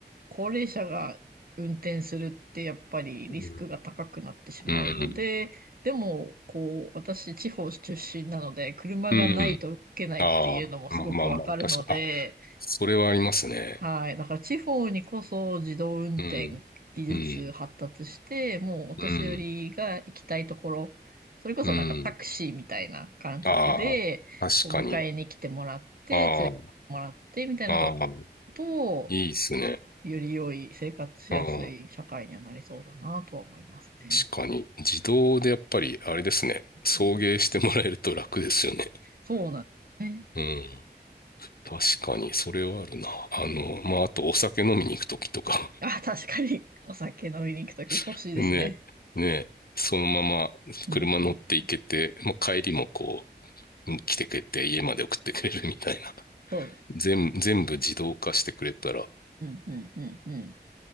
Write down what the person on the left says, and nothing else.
うん。うん。
うんああ、まあまあまあ、確か、あ、それはありますね。
うん。うん。
うん。
うん。ああ、確かに。
あ
あ、ああ。
いいっすね。
うん。確かに。自動でやっぱり、あれですね。送迎してもらえると楽ですよね。
うん。確かに、それはあるな。あの、まあ、あとお酒飲みに行くときとか。
<laughs> ね、ね、そのまま車乗って行けて、
まあ、帰りもこう、来てくれて家まで送ってくれるみたいな。
全、全部自動化してくれたら